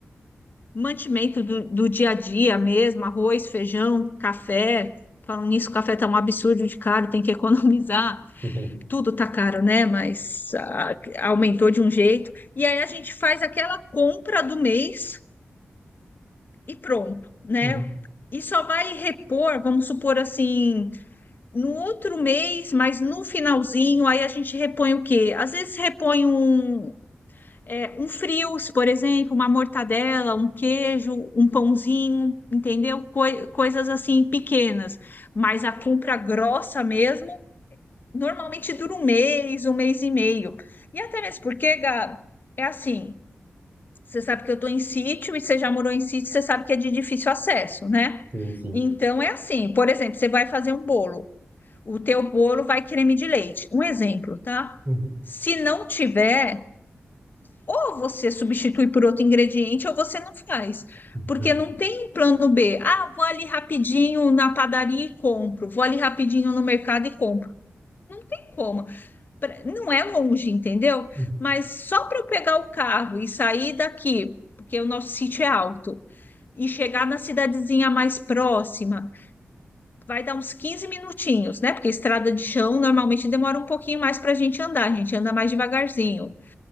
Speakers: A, on the left; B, on the right.
A: mantimento do, do dia a dia mesmo, arroz, feijão, café. Falando nisso, o café tá um absurdo de caro, tem que <laughs> economizar.
B: Sim.
A: Tudo tá caro, né? Mas ah, aumentou de um jeito. E aí a gente faz aquela compra do mês e pronto, né?
B: Uhum.
A: E só vai repor, vamos supor assim, no outro mês, mas no finalzinho, aí a gente repõe o quê? Às vezes repõe um, é, um frios, por exemplo, uma mortadela, um queijo, um pãozinho, entendeu? Coi- coisas assim pequenas. Mas a compra grossa mesmo, normalmente dura um mês, um mês e meio. E até mesmo porque, Gabi, é assim, você sabe que eu estou em sítio e você já morou em sítio, você sabe que é de difícil acesso, né?
B: Sim, sim.
A: Então é assim, por exemplo, você vai fazer um bolo, o teu bolo vai creme de leite. Um exemplo, tá?
B: Uhum.
A: Se não tiver ou você substitui por outro ingrediente, ou você não faz.
B: Uhum.
A: Porque não tem um plano B. Ah, vou ali rapidinho na padaria e compro. Vou ali rapidinho no mercado e compro. Não tem como. Pra- Não é longe, entendeu?
B: Uhum.
A: Mas só para eu pegar o carro e sair daqui, porque o nosso sítio é alto, e chegar na cidadezinha mais próxima, vai dar uns 15 minutinhos, né? Porque estrada de chão normalmente demora um pouquinho mais para a gente andar. A gente anda mais devagarzinho